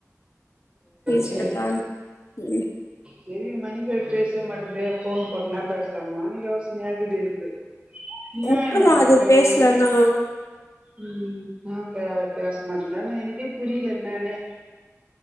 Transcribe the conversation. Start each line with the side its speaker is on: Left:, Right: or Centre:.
Left: ஈசியாதா
Right: சேரி
Left: ம்
Right: சேரி <unintelligible> மணிக பேசவே மாட்டந்தே ஃபோன் போட்டுனா பேசலாமானு யோசனை ஆகுது எனக்கு நியாய
Left: உட்ருமா
Right: வேற கேக்குறானே
Left: அது பேசலன்னா
Right: உம் நா பே பேச மட்டதான எனக்கே புரியல என்னானு